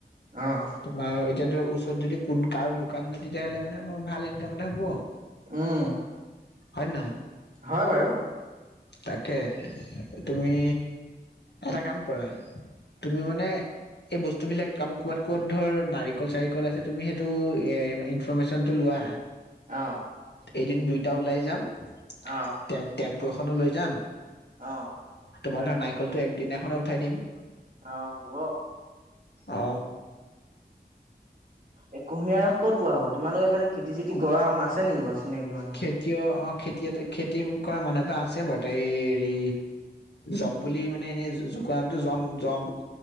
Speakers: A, on the right; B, on the left.
A: অঁ।
B: বাৰু এতিয়া ধ ওচৰত যদি কোন কাৰ দোকান নাই তেতিয়াহ'লে মানে আৰ ভাল ইনকাম এটা হ'ব।
A: উম।
B: হয় নে নহয়?
A: হয় বাৰু।
B: তাকে তুমি, এটা কাম কৰা তুমি মানে এই বস্তু বিলাক ক ক'বাত ক'ত ধৰ নাৰিকল চাৰিকল আছে তুমি সেইটো এ প্ৰমিচনটো লোৱা।
A: অঁ।
B: এদিন দুইটা ওলাই যাম।
A: অ
B: টে টেম্পু এখনও লৈ যাম।
A: অহ।
B: তোমাৰ ধৰা নাৰিকলটো একদিনাখনে উঠাই দিম।
A: অঁ, হ'ব।
B: অ।
A: এ কুঁহিয়াৰ ৰস কত পোৱা হব তোমালোকে এইফালে খেতি চেতি
B: অ
A: কৰা আছে নেকি বাৰু চিনাকি মানুহ।
B: খেতিয় অ খেতিয় খেতি কৰা মানুহ এটা আছে বাৰ হেৰি। যম বুলি মানে এনেই জোকোৱা নামটো এনে যম যম।